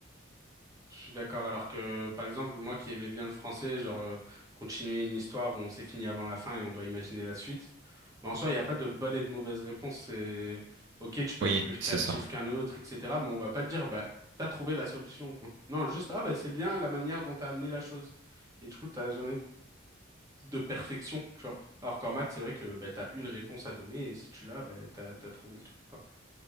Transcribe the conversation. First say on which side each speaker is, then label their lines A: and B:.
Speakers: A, on the right; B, on the right.
A: Je suis d'accord. Alors que, par exemple, moi qui aimais bien le français, genre, euh, continuer une histoire où on s'est fini avant la fin et on doit imaginer la suite. Mais en soi, il n'y a pas de bonne et de mauvaise réponse. C'est, ok, tu peux
B: Oui,
A: être plus créatif
B: c'est ça.
A: qu'un autre, etc. Mais on va pas te dire, bah, t'as trouvé la solution. <laughs> Non, juste, ah, bah, c'est bien la manière dont t'as amené la chose. Et du coup, t'as jamais de perfection, tu vois. Alors qu'en maths, c'est vrai que bah, t'as une réponse à donner et si tu l'as, bah, t'as, t'as trouvé le truc, quoi.